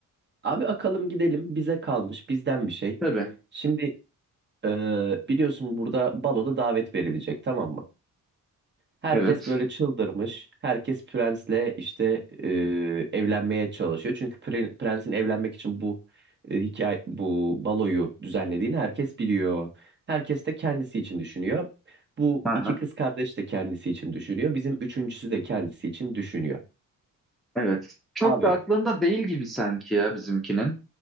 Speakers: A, on the right; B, in the centre.
A: Abi akalım gidelim bize kalmış bizden bir şey.
B: Tabii.
A: Şimdi e, biliyorsun burada baloda davet verilecek tamam mı? Herkes
B: Evet.
A: böyle çıldırmış. Herkes prensle işte e, evlenmeye çalışıyor. Çünkü pre- prensin evlenmek için bu e, hikaye bu baloyu düzenlediğini herkes biliyor. Herkes de kendisi için düşünüyor. Bu
B: Aynen.
A: iki kız kardeş de kendisi için düşünüyor. Bizim üçüncüsü de kendisi için düşünüyor.
B: Evet. Çok
A: Abi,
B: da aklında değil gibi sanki ya bizimkinin.